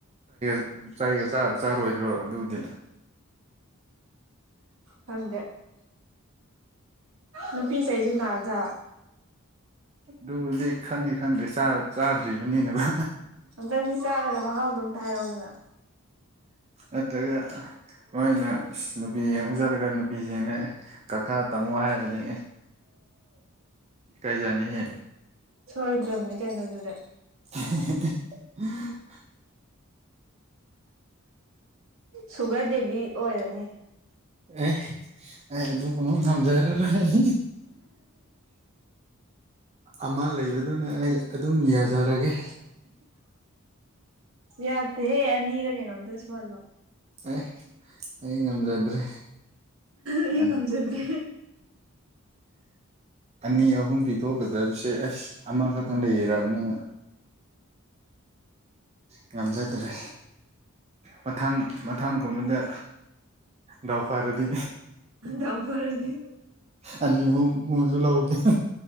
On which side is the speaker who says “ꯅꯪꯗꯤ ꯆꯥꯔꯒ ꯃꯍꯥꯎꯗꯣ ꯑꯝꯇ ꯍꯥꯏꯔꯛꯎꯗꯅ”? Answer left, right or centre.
Right